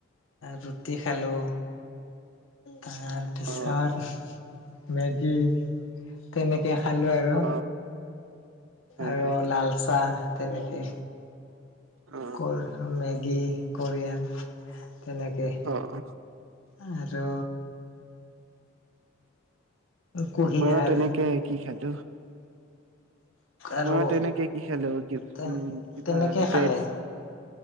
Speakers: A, on the left (about 70°); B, on the right (about 75°).
A: ৰুটি খালো তাৰপিছত
B: অ
A: মেগি তেনেকে খালোঁ আৰু
B: অ হয়
A: আৰু
B: হয়
A: লাল চাহ তেনেকে
B: অ
A: কল মেগী কৰিয়ান তেনেকে
B: অ অ
A: আৰু কুঁহিয়াৰ
B: মইও তেনেকে কি খালো
A: আৰু
B: মইও তেনেকে কি খালো
A: তেন
B: উম কিবা
A: তেনেকে
B: ব্ৰেড
A: খালে